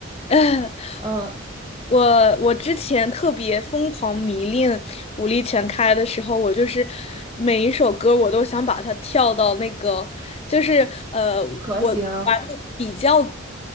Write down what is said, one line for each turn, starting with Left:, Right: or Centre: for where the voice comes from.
Left: <laughs>
Right: 嗯，
Left: 我我之前特别疯狂迷恋武力全开的时候，我就是每一首歌我都想把它跳到那个，就是呃，
Right: 可行。
Left: 我玩的比较